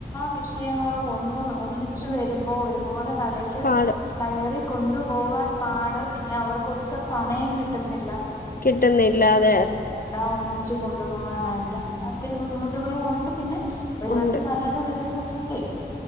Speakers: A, on the left; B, on the left.
A: വിഷയങ്ങളും ഒന്ന് ഒന്നിച്ചു വരുമ്പോ ഒരുപോലെ തലയില്
B: പാട്
A: കയറി കൊണ്ടു പോകാൻ പാട് പിന്നെ അവർക്കൊട്ടും സമയം കിട്ടുന്നില്ല
B: കിട്ടുന്നില്ലാതെ
A: എല്ലാം ഒന്നിച്ചച്ച് കൊണ്ടുപോകാനായിട്ട് അങ്ങനെ ഒത്തിരി ബുദ്ധിമുട്ടുകളും ഉണ്ട് പിന്നെ ഒരുപശം
B: ഉണ്ട്
A: നല്ല ഒരു വശം ചെയ്ട്ടേ